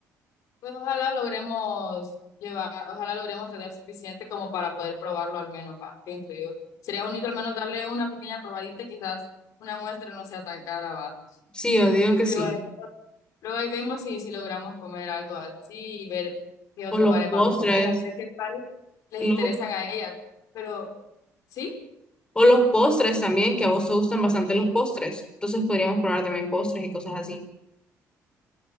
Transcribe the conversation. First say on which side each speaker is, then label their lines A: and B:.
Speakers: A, on the left (about 80°); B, on the left (about 15°).
A: Pues ojalá logremos llevar, ojalá logremos tener suficiente como para poder probarlo al menos, va, pienso yo. Sería bonito al menos darle una pequeña probadita, quizás una muestra no sea tan cara, va.
B: Sí, yo digo que
A: Y
B: sí.
A: luego Luego ahí vemos si, si logramos comer algo así y ver qué otros
B: O los
A: lugares
B: postres,
A: vamos con ellas, ver qué tal les
B: lo-
A: interesan a ellas. Pero, ¿sí?
B: o los postres también, que a vos te gustan bastante los postres. Entonces podríamos probar también postres y cosas así.